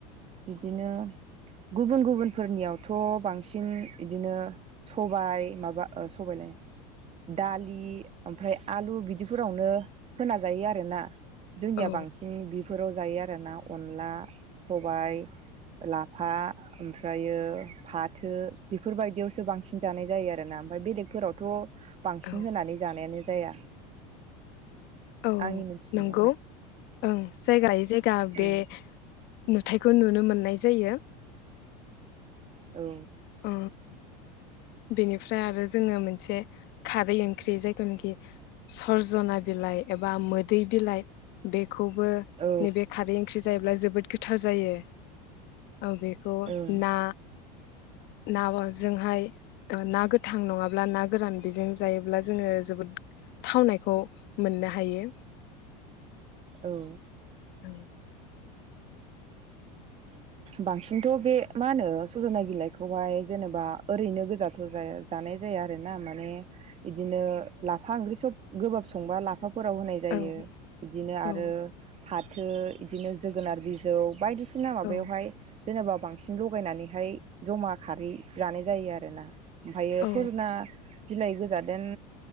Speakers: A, on the right; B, on the left.
A: बिदिनो गुबुन गुबुनफोरनियावथ' बांसिन बिदिनो सबाय माबा सबायलाइ दालि ओमफ्राय आलु बिदिफोरावनो होना जायो आरोना। जोंनिया
B: औ
A: बांसिन बेफोराव जायो आरोना अनला सबाय लाफा ओमफ्रायो फाथो बेफोरबायदियावसो बांसिन जानाय जायो आरोना ओमफ्राय बेलेगफोरावथ' बांसिन
B: औ
A: होनानै जानायानो जाया
B: औ
A: आंनि मोनथिनायावहाय
B: नंगौ ओं जायगा लायै जायगा
A: ओं
B: बे नुथायखौ खौ नुनो मोननाय जायो।
A: औ
B: अ बेनिफ्राय आरो जोङो मोनसे खारै ओंख्रि जायखौनोखि सरजना बिलाइ एबा मोदै बिलाइ बे खौबो
A: औ
B: नैबे खारै ओंख्रि जायोब्ला जोबोद गोथाव जायो। औ बेखौ
A: ओं
B: ना ना जोंहाय। ना गोथां नङाब्ला ना गोरान बिजों जायोब्ला जोङो जोबोद थावनायखौ मोननो हायो।
A: औ
B: औ
A: बांसिनथ' बे मा होनो सजनाय बिलाइखौहाय जेनेबा ओरैनो गोजाथ' जाया जानाय जाया आरोना माने बिदिनो लाफा ओंख्रि सब गोबाब संबा लाफा फोराव होनाय जायो,
B: औ
A: बिदिनो
B: औ
A: आरो फाथो बिदिनो जोगोनार बिजौ बायदिसिना बिना माबायावहाय
B: औ
A: जेनेबा बांसिन लगायनानैहाय, जमा खारै जानाय जायो आरोना। ओमफ्रायो
B: औ
A: सजना बिलाइ गोजादेन,